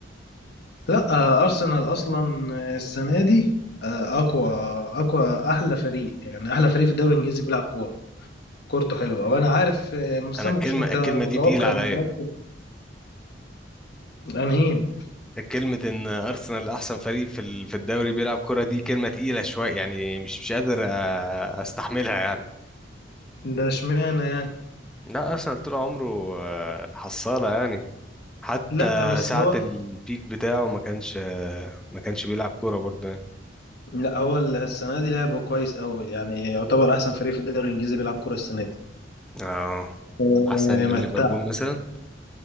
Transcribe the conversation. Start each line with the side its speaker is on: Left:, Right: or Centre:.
Left: لا آه، ارسنال اصلا آه، السنه دي آه، اقوى اقوى احلى فريق يعني احلى فريق في الدوري الانجليزي بيلعب كوره كورته حلوه وانا عارف آه، بس
Centre: أنا
Left: انا
Centre: الكلمة
Left: ما كنتش مت-
Centre: الكلمة دي
Left: متوقع
Centre: تقيلة عليا
Left: ان الماتش الانهين
Centre: كلمة إن أرسنال أحسن فريق في ال- في الدوري بيلعب كرة دي كلمة تقيلة شوية يعني مش مش قادر أ- أستحملها يعني
Left: ده اشمعنى يعني
Centre: لا أرسنال طول عمره آه، حصالة يعني حتى
Left: لا بس
Centre: ساعة
Left: هو
Centre: البيك بتاعه ما كانش آه، ما كانش بيلعب كورة برضه يعني.
Left: لا هو السنه دي لعبه كويس قوي يعني يعتبر احسن فريق في الدوري الانجليزي بيلعب كوره السنه دي
Centre: اه
Left: آه،
Centre: أحسن من
Left: متع
Centre: ليفربول مثلا